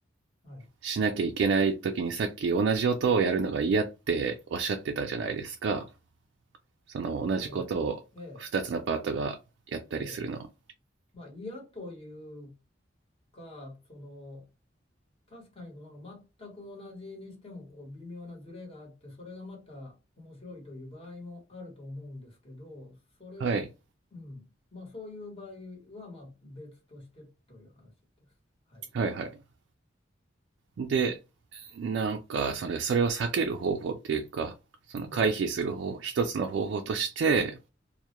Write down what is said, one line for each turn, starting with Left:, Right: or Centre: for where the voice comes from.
Left: はい。
Right: しなきゃいけない時にさっき同じ音をやるのが嫌っておっしゃってたじゃないですか。その同じことを2つのパートがやったりするの。
Left: はい。ええ。ええ。まあ、嫌というか、その、確かにこの全く同じにしてもこう微妙なズレがあってそれがまた面白いという場合もあると思うんですけどそれ、
Right: はい。
Left: うん、まあそういう場合はまあ別としてという話です。はい。
Right: はいはい。で、なんかそれ、それを避ける方法っていうか、その回避する方、
Left: はい。
Right: 一つの方法として、